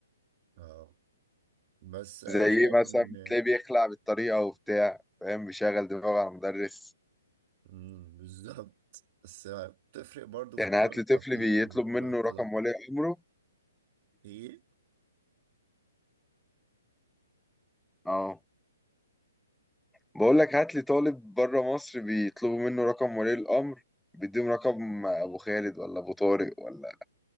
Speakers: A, on the right; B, in the centre.
A: اه بس انا
B: زي ايه
A: شايف
B: مثلا
A: ان
B: بتلاقيه بيخلع بالطريقة وبتاع فاهم بيشغل دماغه على المدرس
A: امم بالظبط بس بتفرق برضو في
B: يعني
A: طرق
B: هات لي
A: التقييم
B: طفل بيطلب
A: وطرق
B: منه
A: الطلب
B: رقم ولي أمره
A: ايه
B: اه بقول لك هات لي طالب بره مصر بيطلبوا منه رقم ولي الأمر بيديهم رقم أبو خالد ولا أبو طارق ولا